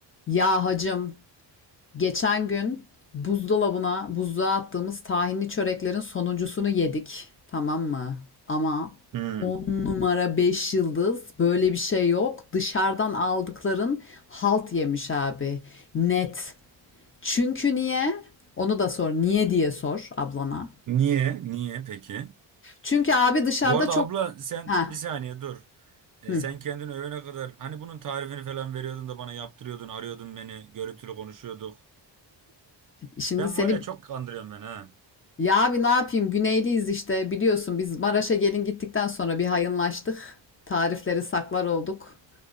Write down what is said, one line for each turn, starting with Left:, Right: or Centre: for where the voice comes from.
Left: Ya hacım, geçen gün buzdolabına, buzluğa attığımız tahinli çöreklerin sonuncusunu yedik. Tamam mı? Ama
Right: Hmm.
Left: 10 numara 5 yıldız böyle bir şey yok. Dışarıdan aldıkların halt yemiş abi. Net. Çünkü niye? Onu da sor. Niye diye sor ablana.
Right: Niye? Niye peki?
Left: Çünkü abi dışarıda
Right: Bu arada
Left: çok...
Right: abla sen
Left: Ha.
Right: bir saniye dur. E,
Left: Hı.
Right: sen kendini övene kadar hani bunun tarifini falan veriyordun da bana yaptırıyordun, arıyordun beni, görüntülü konuşuyorduk.
Left: Şimdi
Right: Sen
Left: seni
Right: var ya çok kandırıyorsun beni ha.
Left: Ya abi ne yapayım? Güneyliyiz işte biliyorsun biz Maraş'a gelin gittikten sonra bir hayınlaştık. Tarifleri saklar olduk.